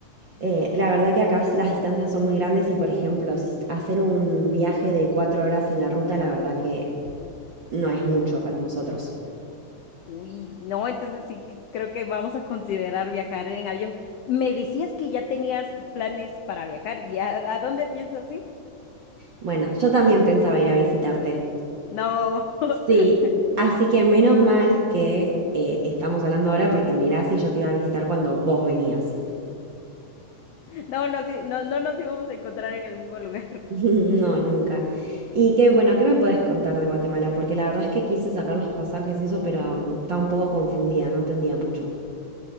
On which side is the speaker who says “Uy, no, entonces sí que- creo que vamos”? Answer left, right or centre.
Left